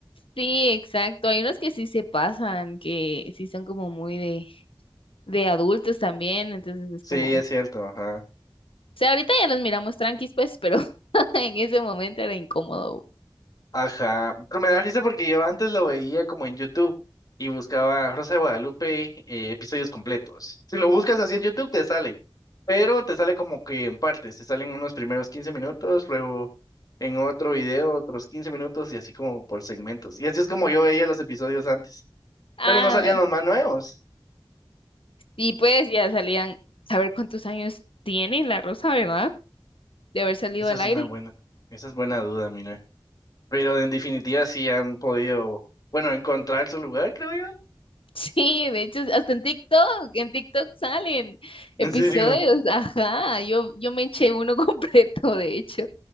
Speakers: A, on the left (about 80°); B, on the left (about 45°).
A: sí, exacto, hay unos que sí se pasan, que sí son como muy de, de adultos también, entonces es
B: Sí,
A: como...
B: es cierto, ajá.
A: O sea, ahorita ya los miramos tranquis, pues, pero <laughs> en ese momento era incómodo.
B: Ajá, pero me da risa porque yo antes lo veía como en YouTube y buscaba Rosa de Guadalupe eh, episodios completos. Si lo buscas así en YouTube te sale, pero te sale como que en partes, te salen unos primeros 15 minutos, luego en otro video otros 15 minutos y así como por segmentos. Y así es como yo veía los episodios antes,
A: Ah,
B: pero no salían los más nuevos.
A: y pues ya salían, saber cuántos años tiene la Rosa, ¿verdad? De haber salido
B: Esa
A: del
B: es
A: aire.
B: una buena,
A: <laughs>
B: esa es buena duda, mira. Pero en definitiva sí han podido, bueno, encontrar su lugar, creo yo.
A: Sí, de hecho, hasta en TikTok, en TikTok salen
B: En
A: episodios,
B: serio,
A: ajá, yo, yo me eché uno <laughs> completo, de hecho.